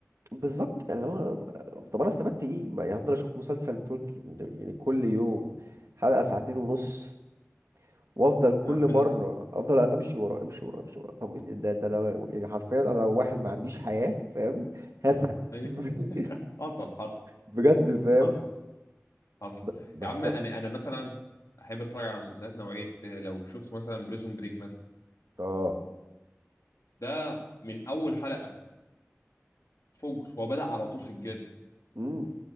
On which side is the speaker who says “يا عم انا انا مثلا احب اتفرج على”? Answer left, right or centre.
Left